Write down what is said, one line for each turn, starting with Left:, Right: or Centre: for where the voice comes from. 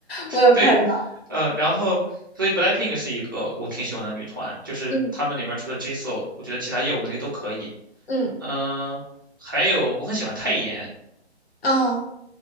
Left: 我有看到，
Right: 对，呃，然后所以 BLACKPINK 是一个我挺喜欢的女团，就是她们里面除了
Left: 嗯
Right: Jisoo，我觉得其他业务能力都可以。
Left: 嗯，
Right: 嗯、还有我很喜欢泰妍，
Left: 哦，